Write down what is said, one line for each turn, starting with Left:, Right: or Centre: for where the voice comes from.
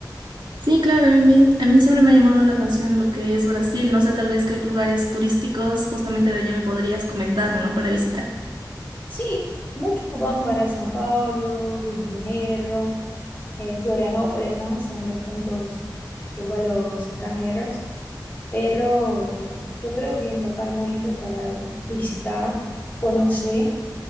Right: sí, claro, a mí, me- a mí siempre me ha llamado la atención lo que es Brasil, no sé, tal vez qué lugares turísticos justamente de allá me podrías comentar, ¿no? Para visitar.
Left: Sí, muchos van para San Pablo, Rio de Janeiro, eh, Florianópolis, ¿no? Son los puntos que van los extranjeros. Pero yo creo que es un lugar muy lindo para visitar, conocer.